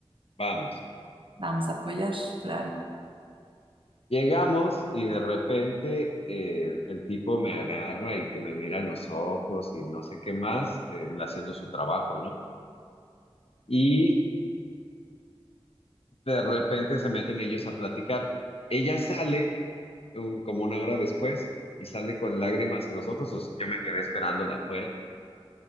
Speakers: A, on the left; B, on the right.
A: vamos.
B: vamos a apoyar, claro.
A: Llegamos y de repente eh, el tipo me agarra y que me mira a los ojos y no sé qué más, eh, él haciendo su trabajo, ¿no? Y de repente se meten ellos a platicar. Ella sale un- como una hora después y sale con lágrimas en los ojos, o sea, yo me quedé esperándola afuera